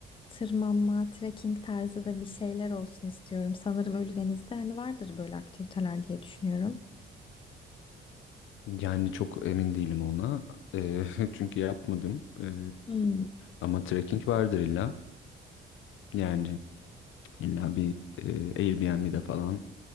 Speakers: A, on the left; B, on the left.
A: tırmanma, trekking tarzı da bir şeyler olsun istiyorum. Sanırım Ölüdeniz'de hani vardır böyle aktiviteler diye düşünüyorum.
B: Yani çok emin değilim ona. Eee, <laughs> çünkü yapmadım. Eee,
A: Hmm.
B: ama trekking vardır illa. Yani illa bir eee Airbnb'de falan